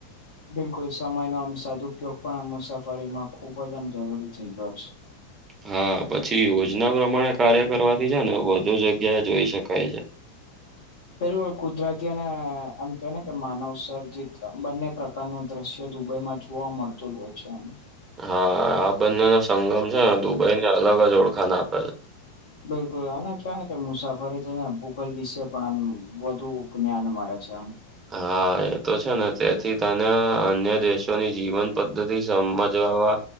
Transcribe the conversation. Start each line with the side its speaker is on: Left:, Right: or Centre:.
Left: બિલકુલ સમયનો આમ સદઉપયોગ પણ આમ મુસાફરીમાં ખુબ જ આમ જરૂરી થઇ ગયો છે.
Right: હા પછી યોજના પ્રમાણે કાર્ય કરવાથી છે ને વધુ જગ્યાએ જોઈ શકાય છે.
Left: પેલું કુદરતી અને આમ કેવા ને કે માનવ સર્જિત બંને પ્રકારનું દ્રશ્ય દુબઈમાં જ જોવા મળતો જ હોય છે આમ.
Right: હા આ બંનેનોો સંગમ છે દુબઈને અલગ જ ઓળખા ના આપે છે.
Left: બિલકુલ અને કહેવાય ને કે મુસાફરી છે ને ભૂગોલ વિશે પણ આમ વધુ જ્ઞાન મળે છે.
Right: હા એ તો છે ને તેથી તને અન્ય દેશોની જીવન પદ્ધતિ સમજવાવા.